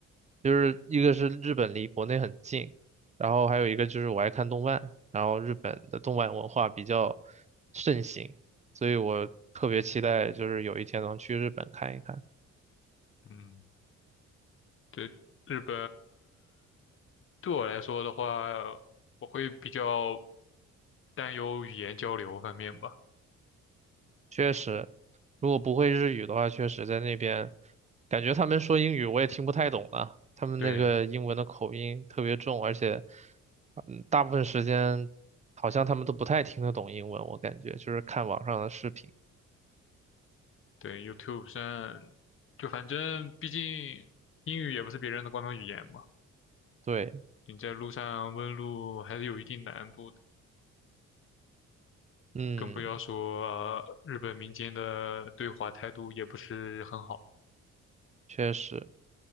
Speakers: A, on the right (about 25°); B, on the left (about 45°).
A: 就是一个是日本离国内很近，然后还有一个就是我爱看动漫，然后日本的动漫文化比较盛行，所以我特别期待就是有一天能去日本看一看。
B: 嗯，对，日本对我来说的话，我会比较。担忧语言交流方面吧。
A: 确实，如果不会日语的话，确实在那边感觉他们说英语我也听不太懂啊，他们那个英文的口音特别重，
B: 对
A: 而且嗯，大部分时间好像他们都不太听得懂英文，我感觉就是看网上的视频。
B: 对，YouTube 上就反正毕竟英语也不是别人的官方语言嘛，
A: 对，
B: 你在路上问路还是有一定难度的，
A: 嗯，
B: 更不要说，呃日本民间的对华态度也不是很好。
A: 确实。